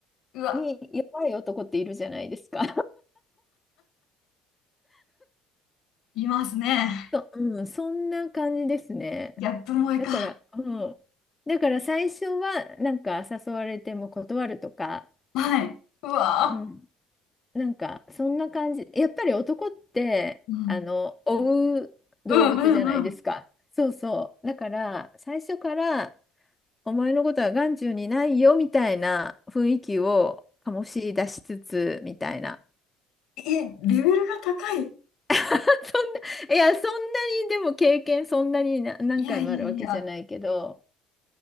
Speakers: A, on the left; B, on the left.
A: うわ、
B: に弱い男っているじゃないですか。
A: いますね。
B: そうん、そんな感じですね。
A: ギャップ萌えか。
B: だから、うん。だから最初は、なんか誘われても断るとか、
A: はい。うわ
B: うん。なんか、そんな感じ。やっぱり男って、
A: ー、うん。
B: あの、追う動物じゃないですか。
A: うんうんうん。
B: そうそう。だから、最初から、お前のことは眼中にないよ、みたいな雰囲気を醸し出しつつ、みたいな。
A: え、レベルが高い。
B: <laughs> そんな、いや、そんなに、でも経験そんなにな何回もあるわけじゃないけど、
A: いやいやいや。